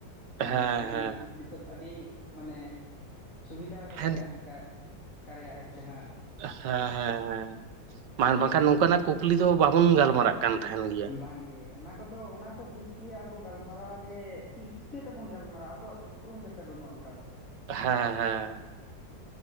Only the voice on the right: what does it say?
ᱦᱮᱸ
ᱦᱮᱸ ᱦᱮᱸ
ᱦᱮᱸ ᱦᱮᱸ ᱦᱮᱸ ᱢᱟ ᱵᱟᱝᱠᱷᱟᱱ ᱱᱚᱝᱠᱟᱱᱟᱜ ᱠᱩᱠᱞᱤ ᱫᱚ ᱵᱟᱵᱚᱱ ᱜᱟᱞᱢᱟᱨᱟᱜ ᱠᱟᱱ ᱛᱟᱦᱮᱱ ᱜᱮᱭᱟ ᱾
ᱦᱮᱸ ᱦᱮᱸ ᱾